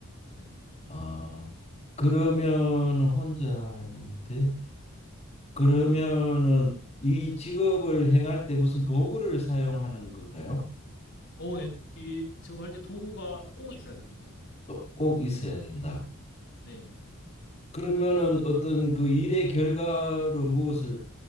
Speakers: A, on the left; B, on the left.
A: 네.
B: 아, 그러면 혼자 하는데 그러면은 이 직업을 행할 때 무슨 도구를 사용하는 건가요?
A: 어, 네, 이 작업할 때 도구가 꼭 있어야 됩니다.
B: 또 꼭 있어야 된다.
A: 네, 네.
B: 그러면은 어떤 그 일의 결과로 무엇을